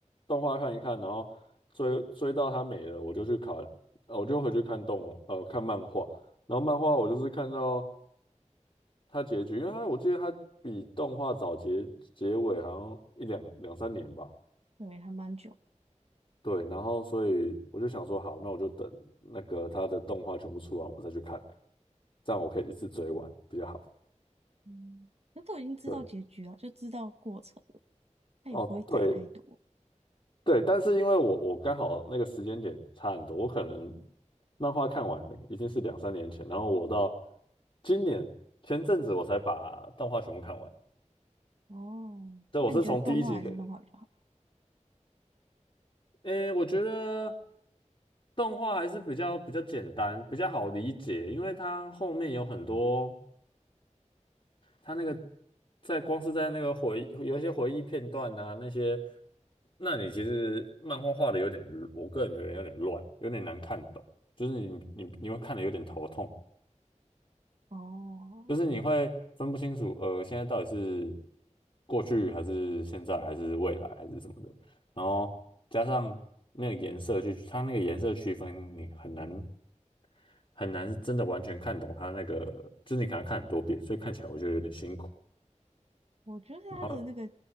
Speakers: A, on the left; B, on the right.
A: 动画看一看，然后追追到它没了，我就去看，呃我就回去看动呃看漫画，然后漫画我就是看到它结局，因为它我记得它比动画早结结尾好像一两两三年吧。
B: 对，还蛮久。
A: 对，然后所以我就想说，好，那我就等那个它的动画全部出完，我再去看，这样我可以一次追完比较好。
B: 嗯，那都已经知道结局了，
A: 对，
B: 就知道过程了，他也不会改太多。
A: 哦，对对，但是因为我我刚好那个时间点差很多，我可能漫画看完了已经是两三年前，然后我到今年前阵子我才把动画全部看完。
B: 哦，
A: 对，
B: 那你觉得动画还是漫画比较好看？
A: 我是从第一集开，诶，我觉得动画还是比较比较简单，比较好理解，因为它后面有很多。他那个在光是在那个回忆，有一些回忆片段啊，那些，那你其实漫画画的有点，我个人觉得有点乱，有点难看懂，就是你你你会看的有点头痛，
B: 哦，
A: 就是你会分不清楚，呃，现在到底是过去还是现在还是未来还是什么的，然后加上那个颜色去，它那个颜色区分你很难。很难真的完全看懂它那个，就是你可能要看很多遍，所以看起来我觉得有点辛苦。
B: 我觉得他的那个
A: 然后。